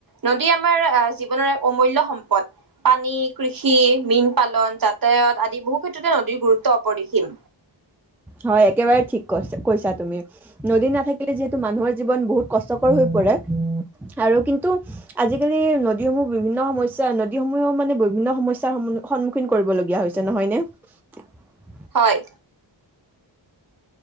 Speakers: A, on the right (about 50°); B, in the centre.
A: নদী আমাৰ জীৱনৰ এক অমূল্যয় সম্পদ পানী কৃষি মীন পালন যাতায়ত আদি বহু ক্ষেত্ৰতে নদীৰ গুৰুত্ব অপৰিসীম।
B: হয় একেবাৰে ঠিক কৈ কৈছা তুমি নদী নাথাকিলে যিহেতু মানুহৰ জীৱন বহুত কষ্টকৰ হৈ পৰে আৰু কিন্তু আজিকালি নদীসমূহ বিভিন্ন সমস্যা নদীসমূহেও মানে বিভিন্ন সমস্যাৰ সন্মুখীন কৰিবলগীয়া হৈছে নহয়নে।
A: হয়